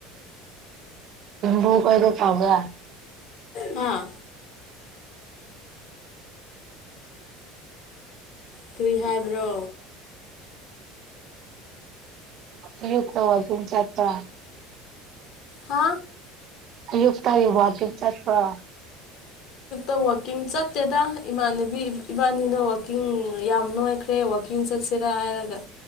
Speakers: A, on the right (about 50°); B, on the left (about 60°).
A: ꯕꯨ ꯑꯣꯏꯕ ꯄꯥꯝꯕ꯭ꯔꯥ
B: ꯍꯥꯥ ꯀꯔꯤ ꯍꯥꯏꯕ꯭ꯔꯣ
A: ꯑꯌꯨꯛꯇ ꯋꯥꯛ ꯀꯤꯡ ꯆꯠꯄ꯭ꯔꯥ
B: ꯍꯥ
A: ꯑꯌꯨꯛꯇ ꯑꯩ ꯋꯥꯛꯀꯤꯡ ꯆꯠꯄ꯭ꯔꯣ
B: ꯋꯥꯥꯛꯀꯤꯡ ꯆꯠꯇꯦꯗ ꯏꯃꯥꯟꯅꯕꯤ ꯏꯕꯥꯅꯤꯅ ꯋꯥꯛꯀꯤꯡ ꯌꯥꯝ ꯅꯣꯏꯈ꯭ꯔꯦ ꯋꯥꯛꯀꯤꯡ ꯆꯠꯁꯤ ꯔꯥ ꯍꯥꯏ ꯔꯒ